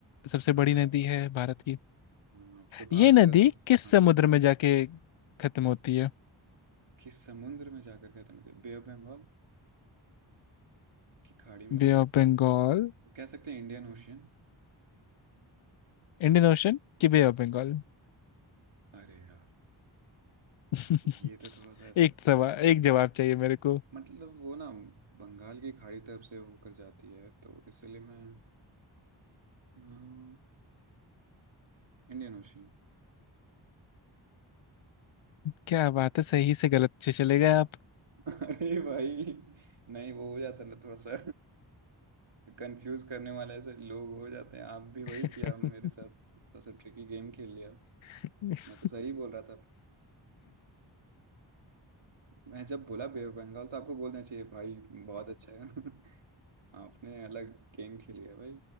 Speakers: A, on the left; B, on the right.
A: सबसे
B: हाँ
A: बड़ी नदी
B: यार
A: है भारत की
B: हाँ, अब तो
A: ये
B: भारत
A: नदी
B: में रहता हूँ तो-
A: किस
B: हाँ
A: समुद्र में जाके खत्म होती है
B: कि समुद्र में जाकर कहते हैं मतलब बे ऑफ बंगाल की खाड़ी में, मतलब
A: Bay of
B: कि
A: Bengal
B: कह सकते हैं इंडियन ओशियन
A: Indian ocean कि बे ऑफ बंगाल
B: अरे यार
A: <laughs>
B: ये तो थोड़ा सा ऐसे
A: एक सवाल एक जवाब चाहिए मेरे को
B: मतलब वो ना बंगाल की खाड़ी तरफ से होकर जाती है तो इसलिए मैं हाँ इंडियन ओशन
A: क्या बात है सही से गलत से चले गए आप
B: <laughs> अरे भाई नहीं वो हो जाता है ना थोड़ा सा <laughs> कंफ्यूज करने वाले ऐसे लोग हो जाते हैं आप भी वही
A: <laughs>
B: किया मेरे साथ थोड़ा सा ट्रिकी गेम खेल लिया
A: <laughs>
B: मैं तो सही बोल रहा था मैं जब बोला बे ऑफ बंगाल तो आपको बोलना चाहिए भाई बहुत अच्छा है <laughs> आपने अलग गेम खेल लिया भाई